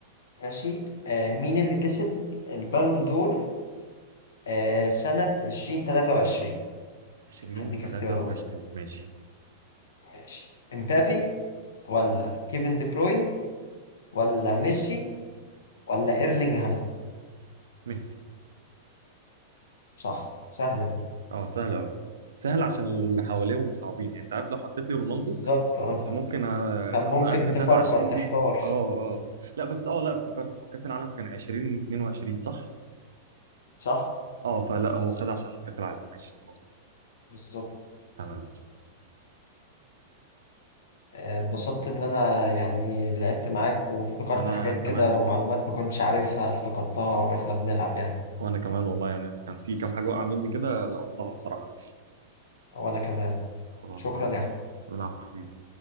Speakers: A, on the left; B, on the right.
A: ماشي آه مين اللي كسب البالون دور آه سنه 2023
B: 20
A: هديك
B: 23
A: اختيارات
B: ماشي
A: ماشي امبابي ولا كيفن دي بروين ولا ميسي ولا ايرلينج هالاند
B: ميسي
A: صح سهله دي.
B: اه سهل قوي سهل عشان اللي حواليهم صعبين يعني انت عارف لو حطيت لي رونالدو
A: بالظبط اه
B: كنت ممكن آه،
A: كان ممكن
B: اصلا 2023
A: تفكر تحتار
B: دي اه اه لا بس اه لا افتكرت هو كاس العالم كان 2022 صح؟
A: صح
B: اه فلا هو خد عشان كاس العالم ماشي مظبوط
A: بالظبط
B: تمام
A: آه، اتبسطت ان انا يعني لعبت معاك وافتكرت
B: انا
A: حاجات
B: كمان
A: كده
B: والله
A: ومعلومات ما كنتش عارفها افتكرتها واحنا بنلعب يعني
B: وانا كمان والله يعني كان في كام حاجه وقع مني كده لقطتها بصراحه
A: وانا كمان
B: خلاص
A: شكرا
B: تمام
A: يا
B: العفو حبيبي